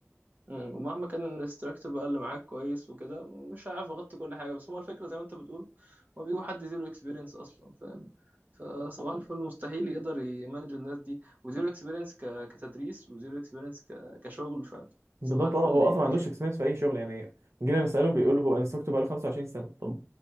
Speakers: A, on the right; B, on the right.
A: مم. ومهما كان الانستراكتور بقى اللي معاك كويس وكده مش هعرف اغطي كل حاجه بس هو الفكره زي ما انت بتقول هو بيجيبوا حد زيرو اكسبيرينس اصلا فاهم فصباح الفل مستحيل يقدر يمانج الناس دي وزيرو اكسبيرينس كتدريس وزيرو اكسبيرينس كشغل فاهم
B: بالظبط
A: صباح الفل
B: اه هو
A: يعني
B: اصلا ما عندوش اكسبيرينس في اي شغل يعني جينا نساله بيقول هو
A: مم.
B: انستراكتور بقاله 25 سنه طب